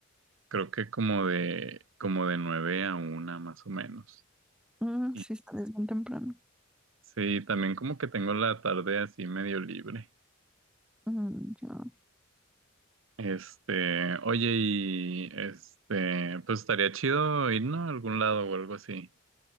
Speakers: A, on the right; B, in the centre.
A: creo que como de, como de nueve a una más o menos.
B: Mm,
A: Y
B: sí, sales bien temprano.
A: sí, también como que tengo la tarde así medio libre.
B: Mm, ya.
A: Este, oye, y este, pues estaría chido irnos a algún lado o algo así.